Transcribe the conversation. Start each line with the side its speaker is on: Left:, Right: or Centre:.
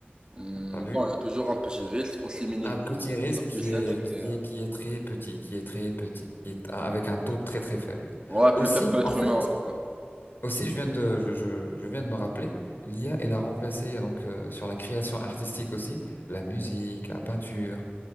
Right: Hmm,
Left: T'as vu?
Right: bon, il y a toujours un petit risque, aussi minime
Left: Un petit
Right: que,
Left: risque
Right: que ça
Left: qui
Right: puisse
Left: est,
Right: l'être,
Left: qui
Right: mais euh,
Left: est, qui est très petit, qui est très petit, qui est a- avec un taux très très faible.
Right: ouais,
Left: Aussi,
Right: plus faible que l'être
Left: en fait,
Right: humain en tout cas.
Left: aussi, je viens de, je, je, je viens de me rappeler, l'IA, elle a remplacé euh, donc euh, sur la création artistique aussi, la musique, la peinture,